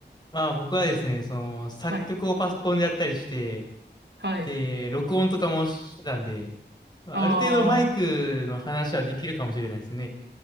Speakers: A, on the left (about 25°); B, on the right (about 75°).
A: まあ僕はですね、その作曲をパソコンでやったりして、
B: はい、はい。
A: で、録音とかもしてたんで、まあ、
B: ああ、
A: ある程度マイクの話はできるかもしれないですね。